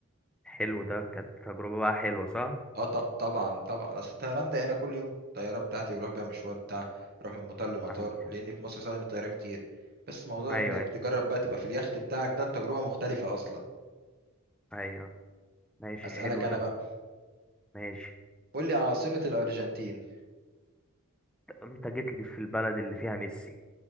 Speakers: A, in the centre; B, on the right.
A: حلو ده كانت تجربة بقى حلوة صح
B: اه ط- طبعا طبعا اصل الطيران ده انا كل يوم الطياره بتاعتي بروح بيها مشوار بتاع بروح من مطار لمطار
A: فاهمك.
B: لان في مصر استخدم الطياره كتير بس موضوع
A: ايوه
B: انك
A: ايوه
B: تجرب بقى تبقى في اليخت بتاعك ده تجربه مختلفه اصلا
A: ايوه ماشي
B: اسالك
A: حلو
B: انا
A: ده
B: بقى
A: ماشي
B: قول لي عاصمه الارجنتين
A: ط- انت جيت لي في البلد اللي فيها ميسي